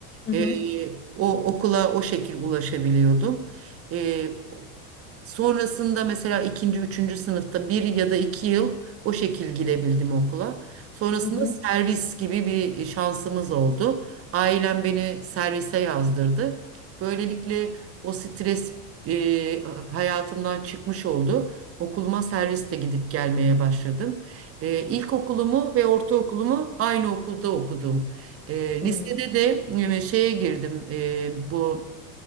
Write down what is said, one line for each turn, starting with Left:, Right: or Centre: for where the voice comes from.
Left: Hı hı.
Right: Ee, o okula o şekil ulaşabiliyordum. Ee, Sonrasında mesela ikinci, üçüncü sınıfta bir ya da iki yıl o şekil gidebildim okula. Sonrasında
Left: Hı hı.
Right: servis gibi bir şansımız oldu. Ailem beni servise yazdırdı. Böylelikle o stres e, hayatımdan çıkmış oldu. Okuluma serviste gidip gelmeye başladım. E, ilkokulumu ve ortaokulumu aynı okulda okudum. E,
Left: Hı
Right: lisede
Left: hı.
Right: de e, şeye girdim. E, bu